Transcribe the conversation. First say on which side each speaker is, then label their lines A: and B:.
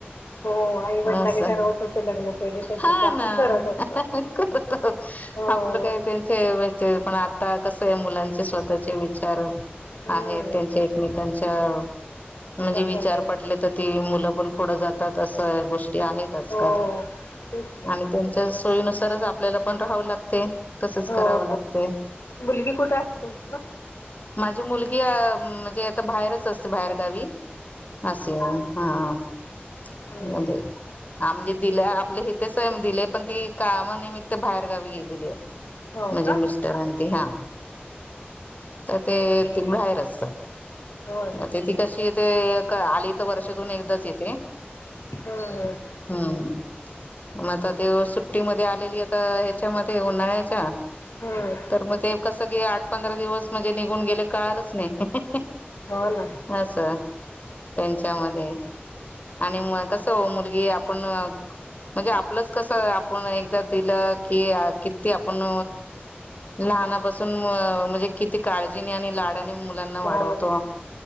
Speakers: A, on the left (about 75°); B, on the left (about 40°).
A: हो आई वडिलांनी
B: असं.
A: ठरवत होते लग्न पहिले त्यांच्याशी
B: हा
A: आपण
B: ना
A: करत होतो
B: <unintelligible>
A: हो
B: आपलं काय त्यांच हे पण आता कसं आहे, मुलांचे स्वतःचे विचार
A: हम्म
B: आहेत. त्यांचे एकमेकांच्या म्हणजे
A: पसंत
B: विचार
A: आहे
B: <unintelligible> तर ती मुलं पण पुढ जातात. असं गोष्टी आहेत. आजकाल
A: हो. तेच ना
B: आणि त्यांच्या सोयीनुसारच, आपल्याला पण राहावं लागते. तसंच करावं
A: हो
B: लागतंय.
A: मुलगी कुठे असते तुमची मग?
B: माझी मुलगी अं म्हणजे आता बाहेरच असते, बाहेरगावी. असं. हा, <unintelligible>
A: हम्म
B: हा म्हणजे दिले आपले इथं स दिलेय पण ती कामानिमित्त बाहेर गावी गेलेली आहे.
A: हो
B: म्हणजे
A: का
B: मिस्टर आणि ते हा तर ते
A: हम्म
B: त बाहेर असतात
A: होय
B: मग ते ती कशी येत ते आली तर वर्षातून एकदाच येते
A: हम्म
B: हम्म मग आता त्यो सुट्टीमध्ये आलेली आता ह्याच्यामध्ये उन्हाळ्यात अच्छा
A: हम्म
B: तर मग ते कसं क आठ पंधरा दिवस म्हणजे निघून गेले कळालंच नाही.
A: हो ना
B: असं त्यांच्यामध्ये आणि कसं ओ मुलगी आपण म्हणजे आपलंच कसं आपण एकदा दिलं की किती आपण लहानापासून म्हणजे किती काळजीनी आणि लाड मुलांना
A: हो
B: वाढवतो